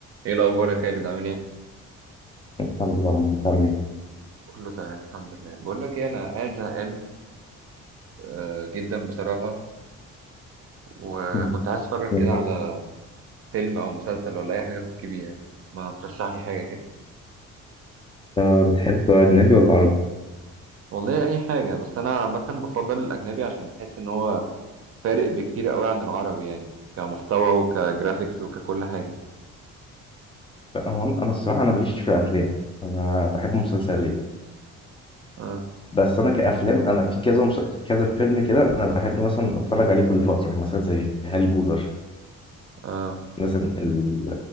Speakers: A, on the right (about 50°); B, on the left (about 20°).
A: ايه الاخبار يا خالد عامل ايه
B: الحمد لله عمرو، انت عامل ايه؟
A: كله تمام الحمد لله بقول لك ايه انا قاعد زهقان آه، جدا بصراحه وكنت
B: م-
A: عايز اتفرج
B: جميل.
A: كده على فيلم او مسلسل ولا اي حاجه أفك بيها ما ترشح لي حاجه كده
B: انت بتحب أجنبي ولا عربي؟
A: والله اي حاجه بس انا عامه بفضل الاجنبي عشان بحس ان هو فارق بكتير قوي عن العربي يعني كمحتوى وكجرافيكس وككل حاجه
B: لا، هو انا أنا الصراحه انا ماليش في الافلام انا بحب مسلسلات
A: اه
B: بس انا كافلام انا في كذا مس... كذا فيلم كده انا بحب مثلا اتفرج عليه كل فتره يعني مثلا زي هاري بوتر
A: اه
B: مثلا ال...